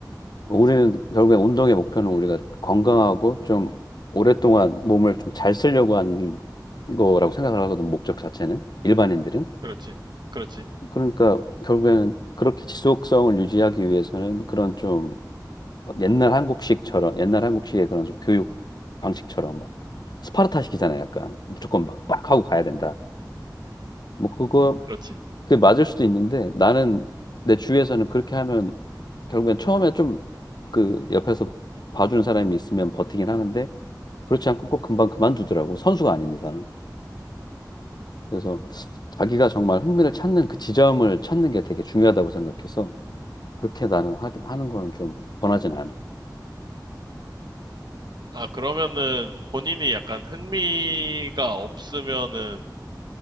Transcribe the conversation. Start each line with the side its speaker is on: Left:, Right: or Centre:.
Left: 우리는 결국에 운동의 목표는 우리가 건강하고 좀 오랫동안 몸을 좀 잘 쓰려고 하는 거라고 생각을 하거든, 목적 자체는. 일반인들은.
Right: 그렇지. 그렇지.
Left: 그러니까 결국에는 그렇게 지속성을 유지하기 위해서는 그런 좀 옛날 한국식처럼, 옛날 한국식의 그런 좀 교육 방식처럼 막 스파르타식이잖아요, 약간. 무조건 막 빡 하고 가야 된다. 뭐 그거
Right: 그렇지.
Left: 그게 맞을 수도 있는데 나는 내 주위에서는 그렇게 하면 결국엔 처음에 좀 그 옆에서 봐주는 사람이 있으면 버티긴 하는데 그렇지 않고 꼭 금방 그만두더라고. 선수가 아닌 이상은. 그래서 자기가 정말 흥미를 찾는 그 지점을 찾는 게 되게 중요하다고 생각해서 그렇게 나는 하, 하는 거는 좀 권하진 않아.
Right: 아, 그러면은 본인이 약간 흥미가 없으면은